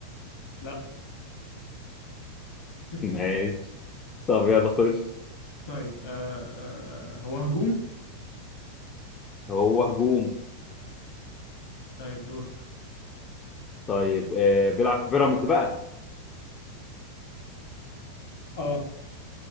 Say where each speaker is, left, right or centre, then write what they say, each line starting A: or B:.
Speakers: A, on the left; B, on the left.
A: لا
B: <laughs>
A: <laughs>
B: ماشي طب يلا خش
A: طيب آه آه، هو هجوم؟
B: هو هجوم
A: طيب دورك
B: طيب آه بيلعب في بيراميدز بقى
A: اه